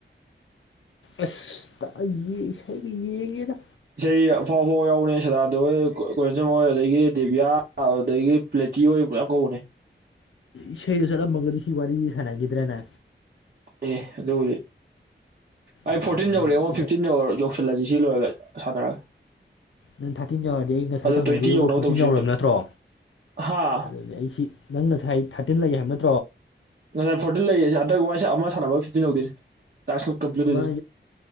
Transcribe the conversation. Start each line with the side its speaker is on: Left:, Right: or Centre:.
Left: ꯑꯁ <unintelligible> ꯌꯦꯉꯦꯗ
Right: ꯏꯁꯩ ꯑꯐꯥꯎ- ꯑꯐꯥꯎ ꯌꯥꯎꯅꯤ ꯁꯗꯥꯅꯥꯟꯗ ꯍꯣꯏ ꯀꯣꯍꯦꯟꯁꯝ ꯍꯣꯏ ꯑꯗꯒꯤ ꯗꯦꯕꯤꯌꯥ ꯑꯗꯨꯗꯒꯤ ꯄ꯭ꯂꯦ ꯇꯤ ꯍꯣꯏ ꯃꯌꯥꯝ ꯀꯧꯕꯅꯦ꯫
Left: ꯏꯁꯩꯗꯣ ꯆꯠꯂꯝꯃꯒꯗꯤ ꯁꯤ ꯋꯥꯔꯤ ꯁꯥꯟꯅꯈꯤꯗ꯭ꯔꯦꯅ
Right: ꯑꯦ ꯑꯗꯨꯕꯨꯗꯤ ꯑꯩ
Left: ꯑꯗꯨꯅꯦ
Right: ꯐꯣꫪꯇꯤꯟ ꯌꯧꯔꯦꯉꫭ
Left: ꯅꯪ ꯏꯁꯩ
Right: ꯐꯤꯐꯇꯤꯟ ꯌꯧ ꯌꯧꯁꯤꯜꯂꯁꯤ꯫ ꯁꯤ ꯂꯣꯏꯔꯒ ꯁꯥꯟꯅꯔꯒ
Left: ꯅꯪ ꯊꯥꫪꯇꯤꯟ ꯌꯧꯔꯗꯤ ꯑꯩ ꯉꯁꯥꯏ
Right: ꯑꯗꯣ
Left: ꯇꯧꯅꯒꯤꯕꯗꯨꯒ
Right: ꯇ꯭ꯋꯦꯟꯇꯤ ꯌꯧꯅꯕ
Left: ꯐꯣꫪꯇꯤꯟ
Right: ꯇꯧꯁꯤ
Left: ꯌꯧꯔꯕ
Right: ꯑꯝꯇ
Left: ꯅꯠꯇ꯭ꯔꯣ?
Right: ꯍꯥ
Left: ꯑꯗꯨꯗꯤ ꯑꯩꯁꯤ ꯅꯪ ꯉꯁꯥꯏ ꯊꯥꯇꯤꯟ ꯂꯩ ꯍꯥꯏꯕ ꯅꯠ
Right: ꯉꯁꯥꯏ ꯐꯣꫪꯇꯤꯟ ꯂꯩꯌꯦꯁꯦ ꯍꯟꯗꯛ ꯋꯥꯏꯁ ꯑꯃ ꯁꯥꯟꯅꯕ ꯐꯤꯐꯇꯤꯟ ꯌꯧꯗꯣꯏꯅꯤ꯫ ꯇꯥꯛꯁ ꯀꯝꯄ꯭ꯂꯤꯠ
Left: ꯑꯃ
Right: ꯑꯣꯏꯗꯣꯏꯅꯤ